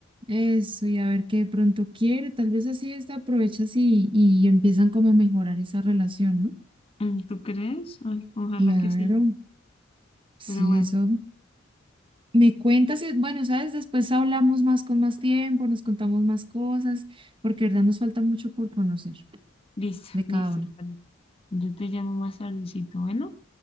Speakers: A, on the right (about 25°); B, on the left (about 30°).
A: eso y a ver qué de pronto quiere, tal vez así esta aprovechas y, y empiezan como a mejorar esa relación, ¿no?
B: Mm, ¿Tú crees? Ay, ojalá
A: Claro,
B: que sí.
A: sí,
B: Pero bueno,
A: eso. Me cuentas, y, bueno, sabes, después hablamos más con más tiempo, nos contamos más cosas, porque de verdad nos falta mucho por conocer
B: listo,
A: de cada
B: listo.
A: una.
B: vale. Yo te llamo más tardecito. Bueno,